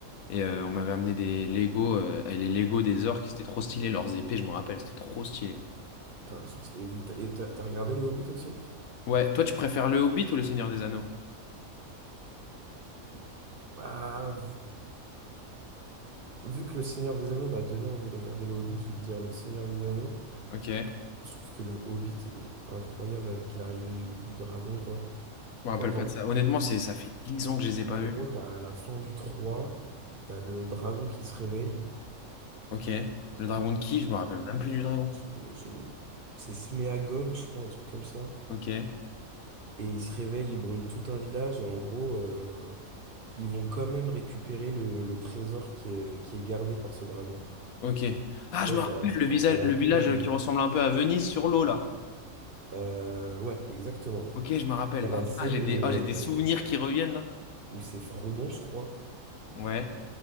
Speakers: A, on the left; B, on the right.
A: Et euh, on m'avait amené des Lego euh, et les Lego des orques, c'était trop stylé. Leurs épées, je me rappelle, c'était trop stylé.
B: Putain, elles sont- Et t'as et t'as- t'as regardé le Hobbit aussi?
A: Ouais, toi tu préfères le Hobbit ou le Seigneur des Anneaux?
B: Bah, vu vu que le Seigneur des Anneaux m'a donné envie de regarder le Hobbit, je vais te dire le Seigneur des Anneaux.
A: Ok. Je
B: Je trouve que le Hobbit est incroyable avec l'arrivée du, du dragon, quoi.
A: me rappelle
B: Genre quand...
A: pas de ça. Honnêtement, c'est ça fait 10 ans que je les ai pas
B: En gros,
A: vus.
B: t'as la fin du trois t'as le dragon qui se réveille.
A: Ok. Le dragon de qui? Je me rappelle même plus du dragon.
B: Je- je- C'est Sméagol, je crois, un truc comme ça.
A: Ok.
B: Et ils se réveillent, ils brûlent tout un village, et en gros, euh, ils vont quand même récupérer le, le trésor qui est, qui est gardé par ce dragon.
A: Ok. Ah,
B: Tu
A: je
B: vois,
A: me
B: et
A: rappelle
B: t'as la,
A: le visage,
B: t'as la
A: le
B: scène...
A: village qui ressemble un peu à Venise sur l'eau là.
B: euh, ouais, exactement.
A: Ok, je me rappelle.
B: T'as la
A: Ah, putain,
B: scène
A: j'ai des,
B: où,
A: ah,
B: euh,
A: j'ai des souvenirs qui reviennent là.
B: où c'est Frodon, je crois.
A: Ouais.